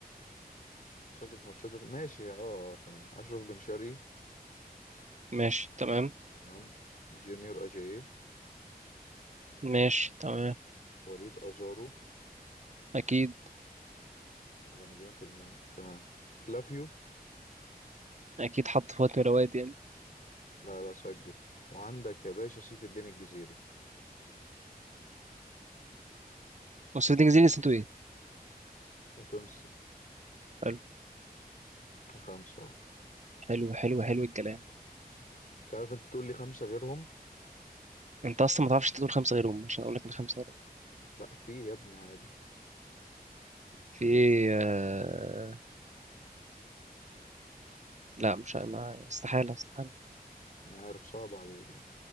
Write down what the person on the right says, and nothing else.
ماشي تمام
ماشي تمام
اكيد
اكيد حط في وقت من الاوقات يعني
وسيلتنج زينس انتوا ايه
حلو
حلو حلو حلو الكلام
انت اصلا ما تعرفش انت تقول خمسه غيرهم عشان اقول لك ان خمسه غيرهم
في ايه آه... لا مش ما... استحاله استحاله